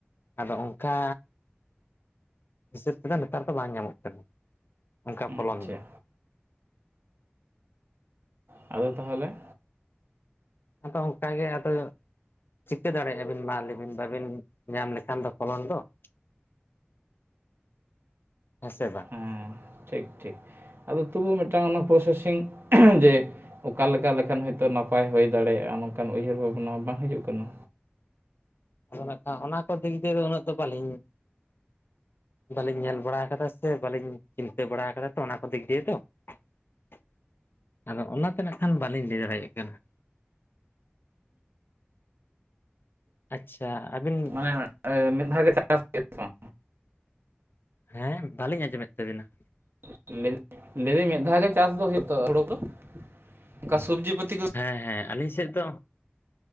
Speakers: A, on the left; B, on the right.
A: ᱟᱫᱚ ᱚᱝᱠᱟ, ᱦᱤᱥᱟᱹᱵ ᱛᱮᱫᱚ ᱱᱮᱛᱟᱨ ᱫᱚ ᱵᱟᱝ ᱧᱟᱢᱚᱜ ᱠᱟᱱᱟ, ᱚᱱᱠᱟ
B: ᱦᱮᱸ
A: ᱯᱷᱚᱞᱚᱱ
B: ᱟᱪᱪᱷᱟ
A: ᱫᱚ ᱾
B: ᱟᱫᱚ ᱛᱟᱦᱚᱞᱮ?
A: ᱟᱫᱚ ᱚᱱᱠᱟ ᱜᱮ ᱟᱫᱚ‌ ᱪᱤᱠᱟᱹ ᱫᱟᱲᱮᱭᱟᱜᱼᱟ ᱵᱤᱱ ᱢᱟ ᱞᱟ. ᱭ ᱵᱤᱱ, ᱵᱟᱵᱤᱱ ᱧᱟᱢ ᱞᱮᱠᱷᱟᱱ ᱫᱚ ᱯᱷᱚᱞᱚᱱ ᱫᱚ ᱾ ᱦᱮᱸ ᱥᱮ ᱵᱟᱝ?
B: ᱦᱮᱸ ᱴᱷᱤᱠ ᱴᱷᱤᱠ ᱟᱫᱚ ᱛᱚᱵᱩ ᱢᱤᱫᱴᱟᱝ ᱚᱱᱟ ᱯᱨᱚᱥᱮᱥᱤᱝ <inaudible> ᱡᱮ, ᱚᱠᱟ ᱞᱮᱠᱟ ᱞᱮᱠᱷᱟᱱ ᱦᱳᱭᱛᱳ ᱱᱟᱯᱟᱭ ᱦᱩᱭ ᱫᱟᱲᱮᱭᱟᱜᱼᱟ ᱱᱚᱝᱠᱟᱱ ᱩᱭᱦᱟᱹᱨ ᱵᱷᱟᱵᱽᱱᱟ ᱵᱟᱝ ᱦᱤᱡᱩᱜ ᱠᱟᱱᱟ?
A: ᱟᱫᱚ ᱱᱟᱸᱜ ᱠᱷᱟᱱ ᱚᱱᱟ ᱠᱚ ᱫᱤᱠ ᱫᱤᱭᱮ ᱩᱱᱟᱹᱜ ᱫᱚ ᱵᱟᱹᱞᱤᱧ ᱵᱟᱹᱞᱤᱧ ᱧᱮᱞ ᱵᱟᱲᱟ ᱟᱠᱟᱫᱟ ᱥᱮ ᱵᱟᱞᱤᱧ ᱪᱤᱱᱛᱟᱹ ᱵᱟᱲᱟ ᱟᱠᱟᱫᱟ ᱛᱚ ᱚᱱᱟ ᱠᱚ ᱫᱤᱠ ᱫᱤᱭᱮ ᱫᱚ ᱾ ᱟᱫᱚ ᱚᱱᱟᱛᱮ ᱱᱟᱜ ᱠᱷᱟᱱ ᱵᱟᱞᱤᱧ ᱞᱟᱹᱭ ᱫᱟᱲᱮᱭᱟᱜ ᱠᱟᱱᱟ ᱾ ᱟᱪᱪᱷᱟ ᱟᱹᱵᱤᱱ
B: ᱢᱟᱱᱮ ᱢᱤᱫ ᱫᱷᱟᱣ ᱜᱮ <unintelligible> ᱵᱟᱝ
A: ᱦᱮᱸ ᱵᱟᱹᱞᱤᱧ ᱟᱸᱡᱚᱢᱮᱫ ᱛᱟᱵᱤᱱᱟ?
B: <unintelligible> ᱞᱟᱹᱭᱫᱟᱹᱧ ᱢᱤᱫ ᱫᱷᱟᱣ ᱜᱮ ᱪᱟᱥ ᱫᱚ ᱦᱩᱭᱩᱜ ᱛᱚ ᱦᱩᱲᱩ ᱫᱚ? ᱚᱱᱠᱟ ᱥᱚᱵᱡᱤ ᱯᱛᱤ
A: ᱦᱮᱸ ᱦᱮᱸ ᱟᱹᱞᱤᱧ ᱥᱮᱫ ᱫᱚ